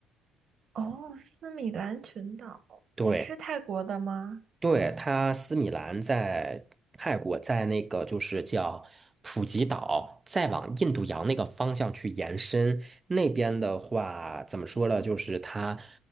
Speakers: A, on the right; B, on the right.
A: 哦，斯米兰群岛也是泰国的吗？
B: 对。对，它斯米兰在泰国，在那个就是叫普吉岛，再往印度洋那个方向去延伸。那边的话，怎么说呢？就是它，